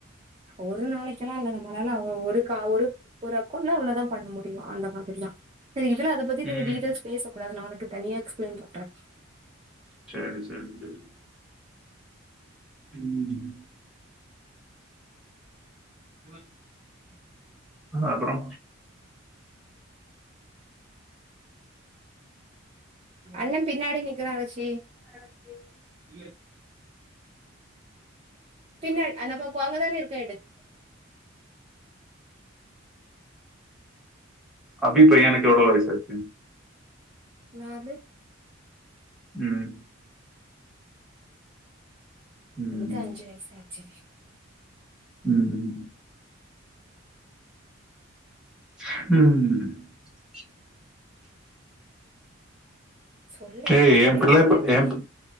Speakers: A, on the right (about 25°); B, in the centre.
A: ஒரு நாளைக் வைக்லா இல்ல நம்மளால ஒரு ஒரு அக்கௌண்ட்ல இவ்ளதா பண்ண முடியு அந்த மாதிரிதா சரி இதுல அத பத்தி
B: ம்.
A: நீ டீட்டெய்ல்ஸ் பேச கூடாது நா உனக்கு தனியா எக்ஸ்பிளைன் பண்றே
B: சேரி சேரி சேரி ம்
A: இவன்
B: ஆ அப்புறோ
A: அண்ண பின்னாடி நிக்கிறா ரிஷி
B: ஆரி
A: இய பின்னர் அங்கப்பப்போ அங்கதனே இருக்கா எடு
B: அபி பையனுக்கு எவ்ளோ வயசாச்சு
A: நாலு
B: ம் ம்.
A: அவளுக்கு அஞ்சு வயசு ஆச்சு
B: ம் ம்
A: சொல்லு இப்படி
B: ஏய்
A: அமைதியாவா
B: என் பிள்ளை
A: இருந்தா
B: இப்ப
A: எப்டி
B: என் பி